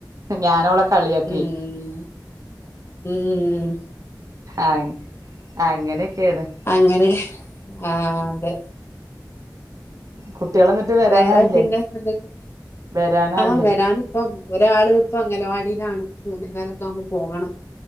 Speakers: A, on the right (about 50°); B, on the left (about 35°).
A: ഞാനോളെ കളിയാക്കൊയ്
B: ഉം ഉം
A: അങ്ങ അങ്ങനൊക്കേണ്
B: അങ്ങനെ ആഹ് അതെ
A: കുട്ടികൾ എന്നിട്ട് വരാനായില്ലേ
B: വേറെ പിന്നെ എന്തൊക്കെ
A: വരാനായില്ലേ
B: ആഹ് വരാന് ഇപ്പം ഒരാള് ഇപ്പ അംഗലവാടിലാണ് മൂന്നേകാലൊക്കെ ആവുമ്പോ പോകണം